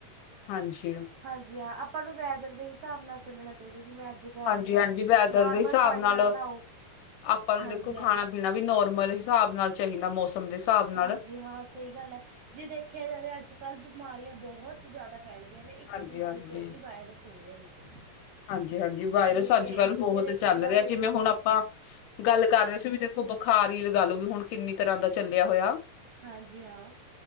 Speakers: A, on the left; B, on the right.
A: ਹਾਂਜੀ।
B: ਹਾਂਜੀ-ਹਾ, ਆਪਾਂ ਨੂੰ ਵੈਦਰ ਦੇ ਹਿਸਾਬ ਨਾਲ ਚੱਲਣਾ ਚਾਹੀਦਾ, ਜਿਵੇਂ ਅੱਜ ਗਰਮੀ
A: ਹਾਂਜੀ-ਹਾਂਜੀ,
B: ਆ
A: ਵੈਦਰ
B: ਨੋਰਮਲ
A: ਦੇ ਹਿਸਾਬ
B: ਪਾਣੀ
A: ਨਾਲ,
B: ਨਹਾਓ
A: ਆਪਾਂ ਨੂੰ
B: ਹਾਂਜੀ
A: ਦੇਖੋ ਖਾਣਾ-ਪੀਣਾ
B: ਹਾਂ
A: ਵੀ ਨੋਰਮਲ ਸ੍ਹਾਬ ਨਾਲ। ਚਾਹੀਦਾ, ਮੌਸਮ ਦੇ ਹਿਸਾਬ
B: ਹਾਂਜੀ-ਹਾਂ,
A: ਨਾਲ।
B: ਸਹੀ ਗੱਲ ਐ, ਜੇ ਦੇਖਿਆ ਜਾਵੇ ਅੱਜ-ਕੱਲ ਬਿਮਾਰੀਆਂ ਬਹੋਤ ਜ਼ਿਆਦਾ ਫੈਲ ਰੀਆਂ ਨੇ, ਇੱਕ-ਦੂਜੇ
A: ਹਾਂਜੀ ਹਾਂਜੀ।
B: ਤੋਂ ਹੀ ਵਾਇਰਸ ਹੋ ਰਿਹਾ ਦੇਖੋ।
A: ਹਾਂਜੀ-ਹਾਂਜੀ, ਵਾਇਰਸ
B: ਨਹੀਂ ਦੇ
A: ਅੱਜ-ਕੱਲ ਬਹੁਤ
B: ਜੇ ਦੇਖਿਆ
A: ਚੱਲ
B: ਜਾਵੇ
A: ਰਿਹਾ, ਜਿਵੇਂ ਹੁਣ ਆਪਾਂ ਗੱਲ ਕਰ ਰਹੇ ਸੀ ਵੀ ਉਹ ਬਖਾਰ ਈ ਲਗਾਲੋ, ਵੀ ਹੁਣ ਕਿੰਨੀ ਤਰ੍ਹਾਂ ਦਾ ਚੱਲਿਆ ਹੋਇਆ।
B: ਹਾਂਜੀ ਹਾਂ